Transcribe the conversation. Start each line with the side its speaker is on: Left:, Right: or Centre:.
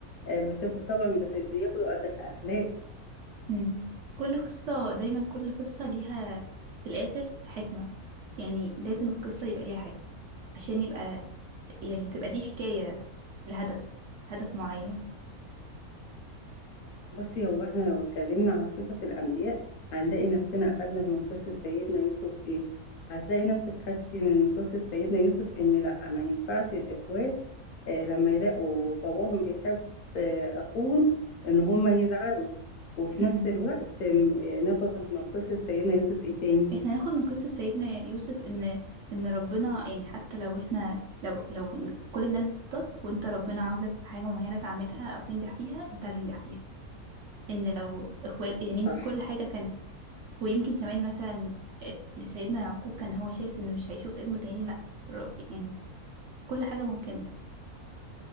Left: آه، بتبقى طبعا بت- بياخدوا أخ- أخلاق
Right: امم كل قصة دايما كل قصة ليها في الآخر حكمة يعني لازم القصة يبقى ليها حكمة عشان يبقى يعني تبقى دي حكاية لهدف هدف معين
Left: بصي هو احنا لو اتكلمنا على قصص الأنبياء هنلاقي نفسنا أخدنا من قصة سيدنا يوسف إيه هتلاقي نفسك خدتي من قصة سيدنا يوسف إن لأ ما ينفعش الإخوات آه لما يلاقوا باباهم بيحب آه أخوهم إن هما يزعلوا وفي
Right: امم
Left: نفس الوقت آم، آه، ناخد من قصة سيدنا يوسف إيه تاني
Right: احنا هناخد من قصة سيدنا يوسف ان ان ربنا يعني حتى لو احنا لو لو كل الناس ضدك وانت ربنا عاوزك في حاجة معينة تعملها او تنجح فيها انت هتنجح فيها ان لو اخوات يعني
Left: صح
Right: كل حاجة كانت ويمكن كمان مثلا سيدنا يعقوب كان هو شايف انه مش هيشوف ابنه تاني لا ر- يعني كل حاجة ممكنة